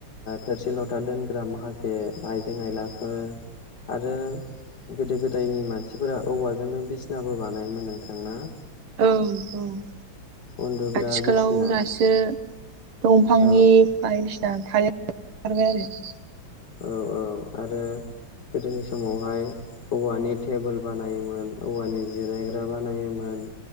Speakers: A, on the left; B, on the right.
A: थोरसि लथा दोनग्रा माखासे आइजें आयलाफोर आरो गोदो गोदायनि मानसिफोरा औवाजोंनो बिसनाबो बानायोमोन नोंथांना?
B: औ औ
A: उन्दुग्रा
B: आथिखालाव
A: बिसिना
B: दासो दंफांनि।
A: औ
B: बायदिसिना थालिर खारबाय आरो <unintelligible>
A: औ औ आरो गोदोनि समावहाय। औवानि टेबोल बानायोमोन औवानि जिरायग्रा बानायोमोन।